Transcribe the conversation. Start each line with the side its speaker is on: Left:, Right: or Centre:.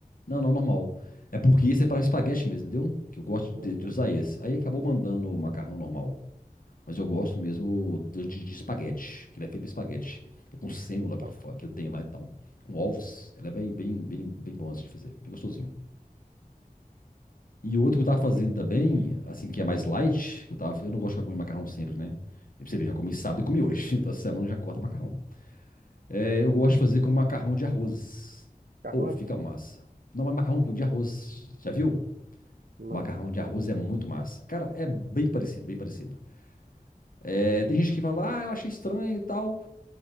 Left: Não, não, normal. É porque esse é para espaguete mesmo, entendeu? Que eu gosto
Right: Uhum.
Left: de, de usar esse. Aí acabou mandando o macarrão normal. Mas eu gosto mesmo do- de, de espaguete, que ele é feito pra espaguete. É com sêmola
Right: Então,
Left: que ele, fa- que ele tem lá e tal. Com ovos. Ele é bem, bem, bem, bem bom assim de fazer. É gostosinho. E outro que eu tava fazendo
Right: que-
Left: também, assim, que é mais light, que eu tava, eu não gosto de comer macarrão sempre, né? E pra Você vê, já comi sábado e comi hoje. <laughs> Então essa semana eu já corta macarrão. É, eu gosto de fazer com macarrão de arroz.
Right: macarrão
Left: Ou fica
Right: é bom,
Left: massa.
Right: cara.
Left: Não, mas macarrão de arroz, já viu?
Right: Não.
Left: Macarrão de arroz é muito massa. Cara, é bem parecido, bem parecido. É, tem gente que fala, ah, eu achei estranho e tal.